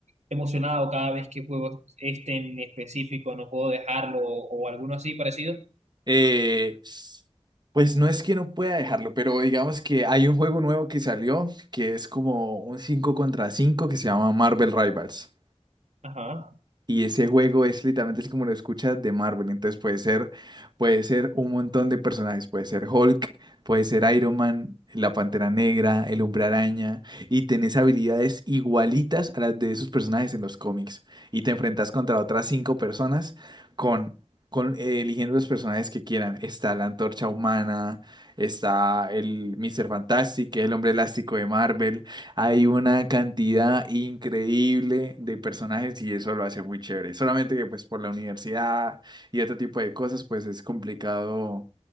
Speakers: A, on the right (about 85°); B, on the right (about 40°).
A: emocionado cada vez que juego este en específico, no puedo dejarlo o o alguno así parecido?
B: Eh, pues no es que no pueda dejarlo, pero digamos que hay un juego nuevo que salió que es como un 5 contra 5 que se llama Marvel Rivals.
A: Ajá,
B: Y ese juego es literalmente así como lo escuchas de Marvel. Entonces puede ser, puede ser un montón de personajes. Puede ser Hulk, puede ser Iron Man, la Pantera Negra, el Hombre Araña. Y tenés habilidades igualitas a las de esos personajes en los cómics. Y te enfrentas contra otras cinco personas con, con eh, eligiendo los personajes que quieran. Está la Antorcha Humana, está el Mr. Fantastic, que es el hombre elástico de Marvel. Hay una cantidad increíble de personajes y eso lo hace muy chévere. Solamente que pues por la universidad y otro tipo de cosas pues es complicado,